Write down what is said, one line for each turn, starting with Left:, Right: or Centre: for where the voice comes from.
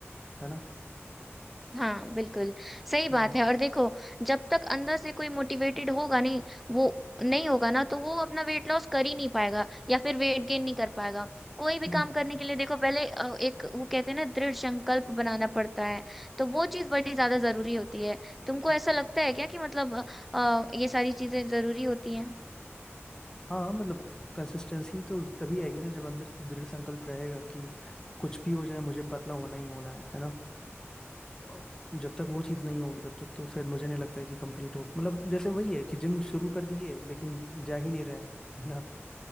Left: है ना
Centre: हाँ बिल्कुल सही बात
Left: हम्म
Centre: है और देखो जब तक अंदर से कोई मोटिवेटेड होगा नहीं वो नहीं होगा ना तो वो अपना वेट लॉस कर ही नहीं पाएगा या फिर वेट गेन नहीं कर पाएगा कोई भी
Left: हम्म
Centre: काम करने
Left: हम्म,
Centre: के लिए देखो पहले अ, एक वो कहते हैं ना दृढ़ संकल्प बनाना पड़ता है तो वो चीज बड़ी ज्यादा जरूरी होती है तुमको
Left: हम्म।
Centre: ऐसा लगता है क्या कि मतलब अ, ये सारी चीजें जरूरी होती हैं
Left: हाँ मतलब कंसिस्टेंसी तो तभी आएगी ना जब अंदर से दृढ़ संकल्प रहेगा कि कुछ भी हो जाए मुझे पतला होना ही होना है है ना और जब तक वो चीज़ नहीं होगी तब तक तो फिर मुझे नहीं लगता है कि कंप्लीट हो मतलब जैसे वही है कि जिम शुरू कर दिए लेकिन जा ही नहीं रहे हैं है